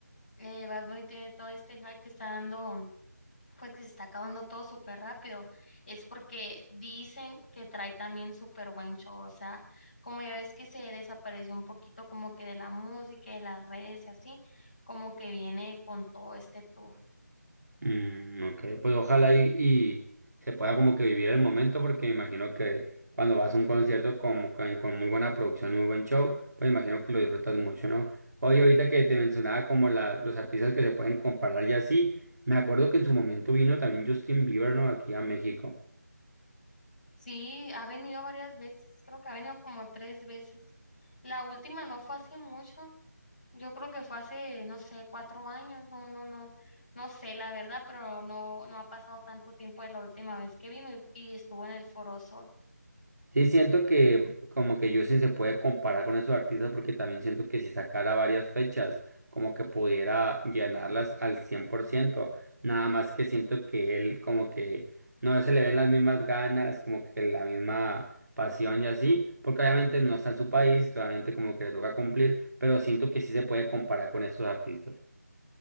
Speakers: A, on the left; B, on the right.
A: eh, Bad Bunny tiene todo este hype que está dando pues que se está acabando todo súper rápido, es porque dicen que trae también súper buen show, o sea, como ya ves que se desapareció un poquito como que de la música, de las redes y así, como que viene con todo este tour.
B: Mm, ok, pues ojalá y, y se pueda como que vivir el momento, porque me imagino que cuando vas a un concierto como con, con muy buena producción y muy buen show, pues me imagino que lo disfrutas mucho, ¿no? Oye, ahorita que te mencionaba como la, los artistas que se pueden comparar y así, me acuerdo que en su momento vino también Justin Bieber, ¿no? Aquí a México.
A: Sí, ha venido varias veces, creo que ha venido como tres veces. La última no fue hace mucho, yo creo que fue hace, no sé, cuatro años, no, no, no, no sé la verdad, pero no, no ha pasado tanto tiempo de la última vez que vino y, y estuvo en el Foro Sol.
B: Sí, siento que como que Justin se puede comparar con esos artistas porque también siento que si sacara varias fechas, como que pudiera llenarlas al 100% nada más que siento que él como que no se le ven las mismas ganas, como que la misma pasión y así, porque obviamente no está en su país, solamente como que le toca cumplir, pero siento que sí se puede comparar con esos artistas.